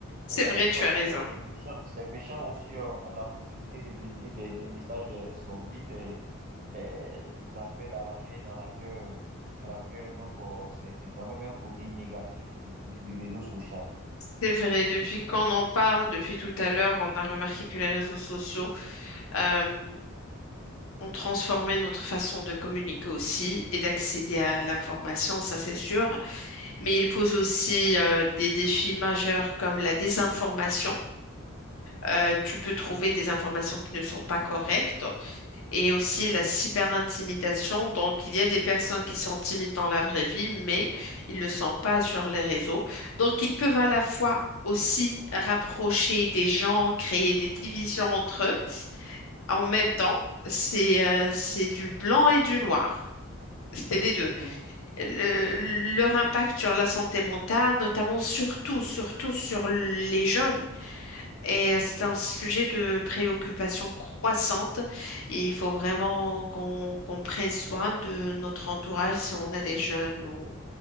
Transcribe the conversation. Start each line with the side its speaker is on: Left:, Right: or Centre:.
Left: C'est
Right: Et la
Left: vrai,
Right: plupart
Left: tu as
Right: du
Left: raison.
Right: temps, ces méchants, ces méchants aussi euh, ont la possibilité de véhiculer des, des messages euh, sordides et- et- qu'ils appellent à la haine, à la guerre, à la guerre. Donc, euh, c'est, c'est quand même un côté négatif du, du, du réseau social.
Left: C'est vrai,
Right: Et
Left: depuis qu'on en parle, depuis tout à l'heure, on a remarqué que les réseaux sociaux euh, ont transformé notre façon de communiquer aussi et d'accéder à l'information, ça c'est sûr. Mais ils posent aussi euh, des défis majeurs comme la désinformation Euh, tu peux trouver des informations qui ne sont pas correctes et aussi la cyberintimidation. Donc, il y a des personnes qui sont timides dans la vraie vie, mais ils ne le sont pas sur les réseaux. Donc, ils peuvent à la fois aussi rapprocher des gens, créer des divisions entre eux. En même temps, c'est euh, c'est du blanc et du noir. C'est les deux.
Right: donc,
Left: Le- leur impact sur la santé mentale, notamment surtout, surtout sur les jeunes. Et euh, c'est un sujet de préoccupation croissante. Et il faut vraiment qu'on qu'on prenne soin de notre entourage si on a des jeunes ou